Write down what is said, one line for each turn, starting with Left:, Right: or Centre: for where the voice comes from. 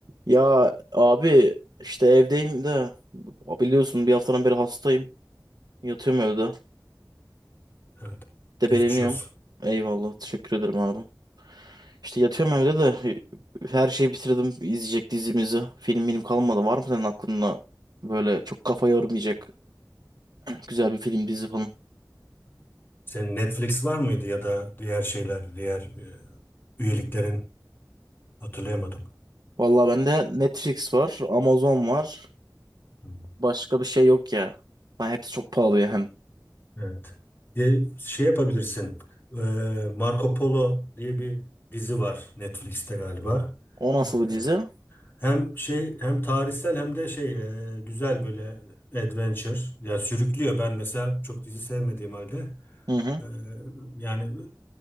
Right: Ya abi işte evdeyim de biliyorsun bir haftadan beri hastayım. Yatıyorum evde.
Left: Evet.
Right: Debeleniyorum.
Left: Geçmiş olsun.
Right: Eyvallah teşekkür ederim abi. İşte yatıyorum evde de her şeyi bitirdim izleyecek dizimizi. Film benim kalmadı. Var mı senin aklında böyle çok kafa yormayacak güzel bir film dizi falan?
Left: Senin Netflix var mıydı ya da diğer şeyler, diğer e, üyeliklerin hatırlayamadım.
Right: Vallahi bende Netflix var, Amazon var.
Left: Hı.
Right: Başka bir şey yok ya. Ben hepsi çok pahalı yani.
Left: Evet. E, şey yapabilirsin. E, Marco Polo diye bir dizi var Netflix'te galiba.
Right: O nasıl
Left: E,
Right: bir dizi?
Left: hem şey hem tarihsel hem de şey e, güzel böyle adventure. Yani sürüklüyor. Ben mesela çok dizi sevmediğim halde.
Right: Hı hı.
Left: e, yani